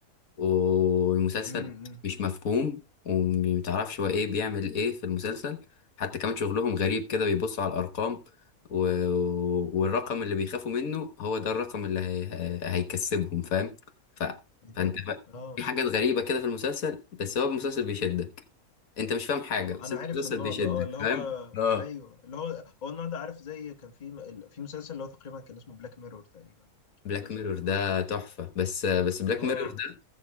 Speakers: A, on the left (about 65°); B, on the left (about 30°).
A: والمسلسل
B: امم
A: مش مفهوم ومتعرفش هو ايه بيعمل ايه في المسلسل حتى كمان شغلهم غريب كده بيبصوا على الارقام و... والرقم اللي بيخافوا منه هو ده الرقم اللي هي... هي- هيكسبهم فاهم ف...
B: ايه ده
A: فانت بقى
B: اه
A: في حاجات غريبة كده في المسلسل بس هو المسلسل بيشدك انت مش فاهم حاجة
B: آه.
A: بس
B: انا
A: انت
B: عارف
A: المسلسل
B: النوع
A: بيشدك
B: ده اه اللي هو
A: فاهم اه
B: ايوه اللي هو هو النوع ده عارف زي كان في م- في مسلسل اللي هو تقريبا كان اسمه بلاك ميرور تقريبا
A: بلاك
B: ده اسمه
A: ميرور
B: بالظبط
A: ده تحفة بس بس بلاك
B: اه
A: ميرور
B: اه.
A: ده